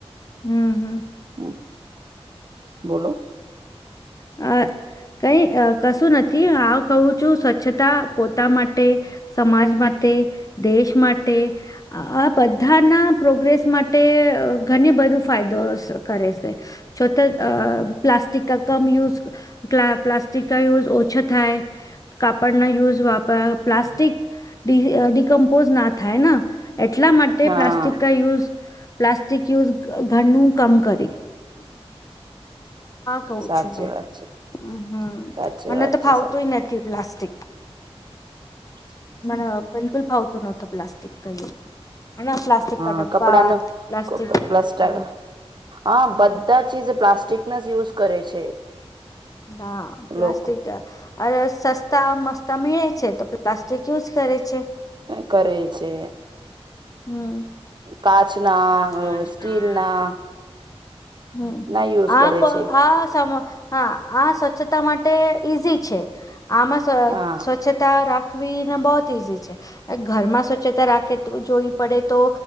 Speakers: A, on the left (about 35°); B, on the right (about 45°).
A: હમ્મ--હમ્મ.
B: હમ્મ બોલો
A: અ કઈ કશું નથી હ કહું છું સ્વચ્છતા પોતા માટે સમાજ માટે દેશ માટે આ બધાના પ્રોગ્રેસ માટે ઘણી બધું ફાયદો કરે છે. છતા અ પ્લાસ્ટિક કમ યુઝ પ પ્લાસ્ટિક ના યુઝ ઓછા થાય કાપડના યુઝ વાપ પ્લાસ્ટિક ડિકમ્પોઝ ના થાય ને એટલા માટે
B: હા
A: પ્લાસ્ટિક યુઝ પ્લાસ્ટિક યુઝ ઘરનું કામ કરી કઉ
B: સાચી
A: છું મેં
B: વાત છે
A: હમ
B: સાચી
A: મને
B: વાત
A: તો
B: છે
A: ફાવતુંય
B: સાચી
A: નથી પ્લાસ્ટિક
B: અચ્છા
A: મ બિલકુલ ફાવતું નહોતું પ્લાસ્ટિક હે પ્લાસ્ટિક
B: હા
A: કા ડબ્બા
B: કપડાનું
A: પ્લાસ્ટિક
B: પ્લાસ્ટર
A: હમ
B: હા બધા
A: હમ
B: ચીજ પ્લાસ્ટિક ના જ યુઝ કરે છે.
A: ના પ્લાસ્ટિક
B: લોકો
A: અ સસ્તા મસ્તા મળે છે તો પ્લાસ્ટિક યુઝ કરે છે.
B: કરે છે.
A: હમ
B: કચના
A: કાચના
B: સ્ટીલના
A: હમ
B: ના યુઝ
A: આ
B: કરે
A: કો
B: છે
A: આ સમ હા આ સ્વચ્છતા માટે ઈઝી છે, આમાંવ
B: હા
A: સ્વચ્છતા રાખવીને બહુત ઈઝી છે ઘર માં સ્વચ્છતા રાખે જોવી પડે તો